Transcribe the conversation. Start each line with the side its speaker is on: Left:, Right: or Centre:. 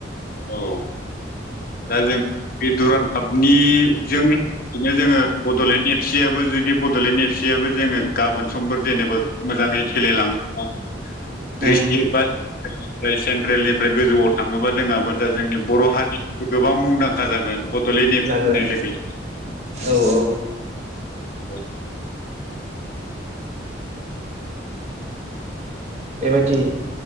Left: औ दा जों बे दुरान्ड कापनिजों दिनो जोङो बड'लेण्ड एफ सि याबो जुदि बड'लेण्ड एफ सि याबो जोङो गाबोन समफोर जेन'बा मोजां बे खेलाय लाङोबा दिस्ट्रिक्ट
Right: ओं
Left: बा <inaudible> सेन्ट्रेलनिफ्राय गोजौआव थाङोबा जोंहा दा जोंनि बर' हारि गोबां मुंदांखा जागोन। बड'लेण्ड एफ
Right: जागोन
Left: सि होननाय लोगो लोगो
Right: औ औ
Left: औ
Right: बेबायदि